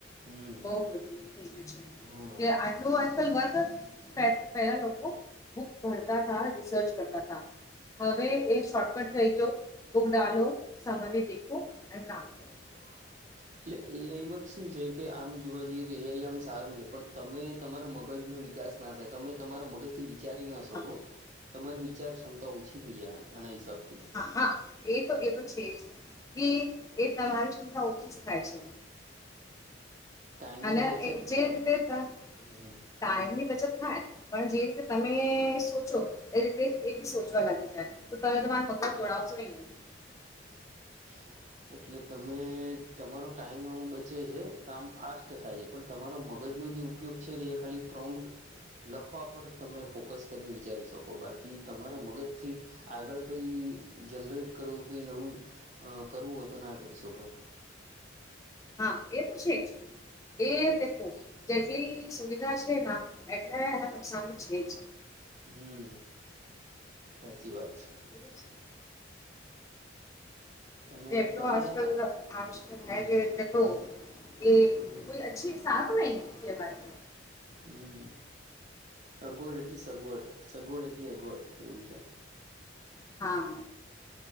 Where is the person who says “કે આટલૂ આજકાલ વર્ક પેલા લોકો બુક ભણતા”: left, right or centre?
Left